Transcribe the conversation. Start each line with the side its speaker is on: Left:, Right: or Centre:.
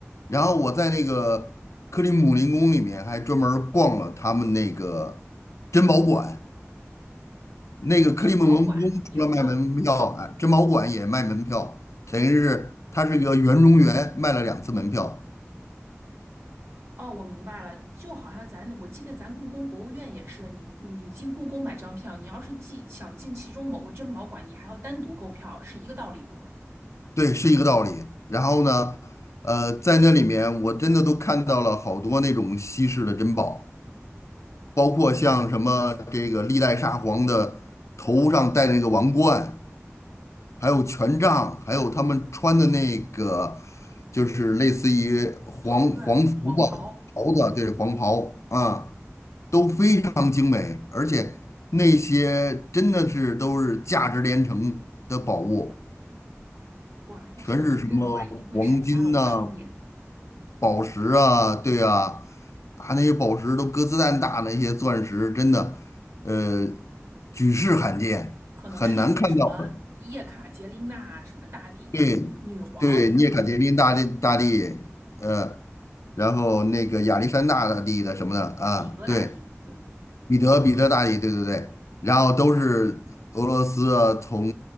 Left: 然后我在那个克里姆林宫里面还专门儿逛了他们那个珍宝馆，那个克里姆林宫除了卖门票啊，
Right: 哇，珍宝馆有有
Left: 珍宝馆也卖门票，等于是它是一个园中园，卖了两次门票。
Right: 哦，我明白了，就好像咱我记得咱故宫博物院也是的，你你你进故宫买张票，你要是进想进其中某个珍宝馆，你还要单独购票，是一个道理不？
Left: 对，是一个道理。然后呢，呃，在那里面我真的都看到了好多那种稀世的珍宝，包括像什么这个历代沙皇的头上戴那个王冠，还有权杖，还有他们穿的那个就是类似于皇皇服吧，
Right: 袍子黄袍，
Left: 袍子啊，对，皇袍啊，都非常精美，而且那些真的是都是价值连城的宝物。
Right: 哇，要是我去看的话，
Left: 全是什么黄金呐、
Right: 一定会闪瞎了我的双眼。
Left: 宝石啊，对啊，啊那些宝石都鸽子蛋大，那些钻石真的，呃，举世罕见，
Right: 可能是以前什么叶卡捷琳娜啊、
Left: 很难看到的。
Right: 什么大帝、
Left: 对，
Right: 女女皇，
Left: 对，涅卡捷琳大帝大帝，
Right: 呃，
Left: 呃，然后那个亚历山大大帝的什么的啊，
Right: 彼得大帝，
Left: 对。
Right: 嗯。
Left: 彼得彼得大帝，对对对，然后都是俄罗斯啊从